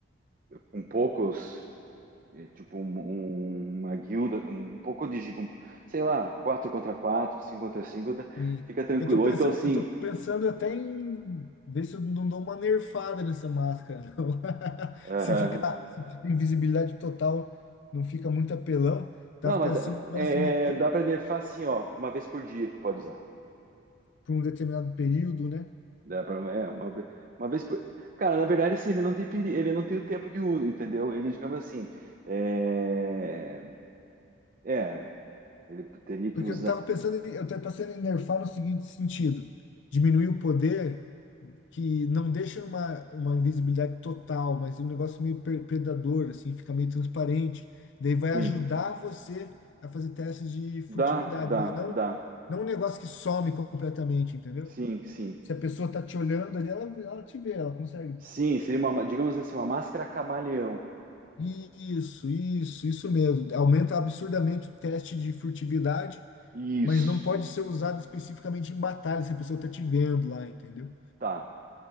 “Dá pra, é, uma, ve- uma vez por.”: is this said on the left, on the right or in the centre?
Right